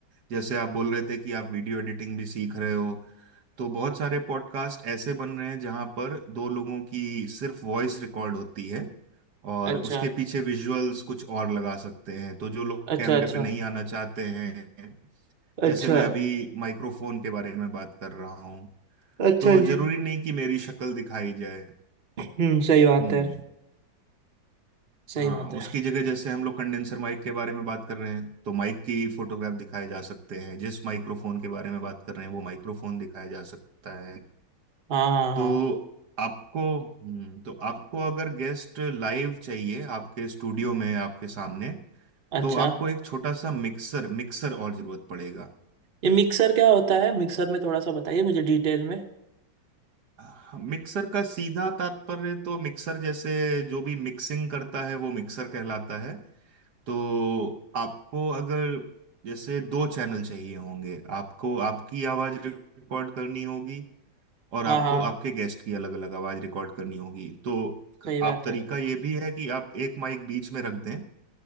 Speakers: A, on the right; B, on the right.
A: जैसे आप बोल रहे थे कि आप वीडियो एडिटिंग भी सीख रहे हो तो बहुत सारे पॉडकास्ट ऐसे बन रहे हैं जहां पर दो लोगों की सिर्फ वॉइस रिकॉर्ड होती है और
B: अच्छा
A: उसके पीछे विजुअल्स कुछ और लगा सकते हैं तो जो लोग
B: अच्छा
A: कैमरे
B: अच्छा
A: पे नहीं आना चाहते हैं
B: अच्छा
A: जैसे मैं अभी माइक्रोफोन के बारे में बात कर रहा हूँ
B: अच्छा
A: तो जरूरी
B: जी
A: नहीं कि मेरी शक्ल दिखाई जाए
B: हम्म सही बात
A: हम्म
B: है सही
A: हाँ
B: बात है
A: उसकी जगह जैसे हम लोग कंडेंसर माइक के बारे में बात कर रहे हैं तो माइक की फोटोग्राफ दिखाए जा सकते हैं जिस माइक्रोफोन के बारे में बात कर रहे हैं वो माइक्रोफोन दिखाया जा सकता है
B: हाँ हाँ हाँ
A: तो आपको हम्म, तो आपको अगर गेस्ट लाइव चाहिए आपके स्टूडियो में आपके सामने
B: अच्छा
A: तो आपको एक छोटा सा मिक्सर मिक्सर और जरूरत पड़ेगा
B: ये मिक्सर क्या होता है मिक्सर में थोड़ा सा बताइए मुझे डिटेल में
A: हाँ, मिक्सर का सीधा तात्पर्य तो मिक्सर जैसे जो भी मिक्सिंग करता है वो मिक्सर कहलाता है तो आपको अगर जैसे दो चैनल चाहिए होंगे आपको आपकी आवाज रिकॉर्ड करनी होगी और
B: हाँ
A: आपको
B: हाँ
A: आपके गेस्ट की अलग अलग आवाज रिकॉर्ड करनी होगी तो क-
B: सही बात
A: आप तरीका
B: है
A: ये भी है कि आप एक माइक बीच में रख दें